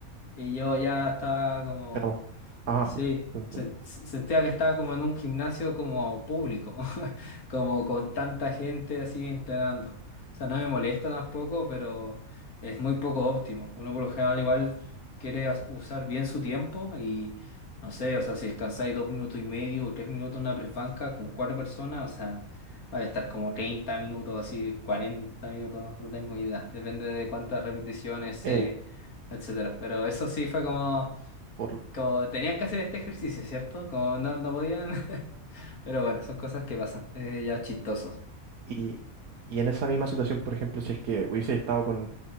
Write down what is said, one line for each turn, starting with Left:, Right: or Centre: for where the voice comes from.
Left: y yo ya estaba como...
Right: Éramos. Ajá.
Left: Sí,
Right: te entiendo.
Left: sen- se- sentía que estaba como en un gimnasio como público, <laughs> como con tanta gente así entrenando. O sea, no me molesta tampoco, pero es muy poco óptimo. Uno por lo general igual quiere as- usar bien su tiempo y no sé, o sea, si descansáis dos minutos y medio o tres minutos en una press banca con cuatro personas, o sea, va a estar como 30 minutos, así 40 minutos, no tengo idea. Depende de cuántas repeticiones, series,
Right: Eh,
Left: etcétera. Pero eso sí fue como
Right: por,
Left: como tenían que hacer este ejercicio, ¿cierto? Como no, no podían. <laughs> Pero bueno, son cosas que pasan. eh, ya chistosos.
Right: y, y en esa misma situación, por ejemplo, si es que hubiese estado con,